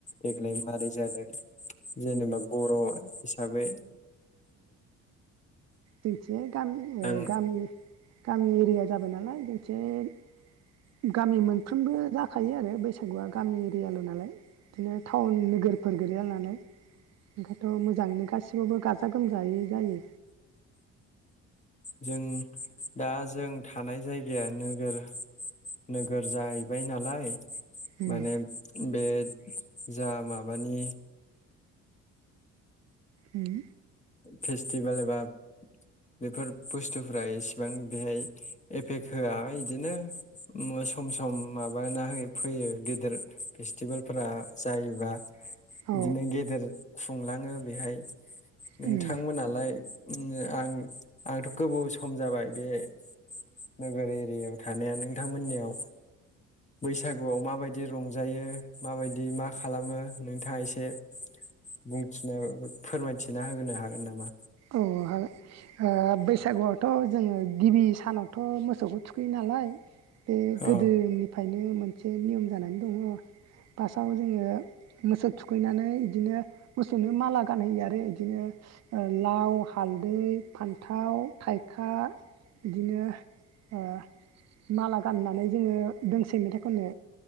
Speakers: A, on the left; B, on the right.
A: देग्लाय मारै जादों जेनेबा बर' हिसाबै
B: <unintelligible> गामि ओ
A: आं
B: गामि गामि एरिया जाबाय नालाय जोंथिं गामि मोनफ्रोमबो जाखायो आरो बैस सागुआ गामि एरियाल' नालाय बिदिनो टाउन नोगोरफोर गोलैया नालाय। ओंखायथ' मोजाङैनो गासिबावबो गाजा गोमजायै जायो।
A: जों दा जों थानाय जायगाया नोगोर नोगोर जाहैबाय नालाय
B: उम
A: माने बे जा माबानि
B: उम
A: फेस्टिभेल एबा बेफोर बुस्थुफ्रा इसेबां बेहाय एफेक्ट होआ इदिनो मो सम सम माबाना होयो फैयो गेदेर फेस्टिभेलफोरा जायोबा
B: औ
A: इदिनो गेदेर खुंलाङो बेहाय नोंथांमोनालाय
B: उम
A: उम आं आंथ' गोबाव सम जाबाय बेहाय नोगोर एरियायाव थानाया नोंथांमोननियाव बैसागुआव माबायदि रंजायो माबायदि मा खालामो नोंथाङा एसे बुंथिनो फोरमायथिना हो होनो हागोन नामा?
B: औ ओ बैसागुआवथ' जोङो गिबि सानावथ' मोसौखौ थुखैयो नालाय बे गोदोनिफायनो
A: औ
B: मोन से नियम जानानै दङ फार्टआव जोङो मोसौ थुखैनानै इदिनो मोसौनो माला गानहैयो आरो इदिनो ओ लाव हालदै फान्थाव थाइखा बिदिनो ओ माला गाननानै जोङो दोंसै मेथाइ खनो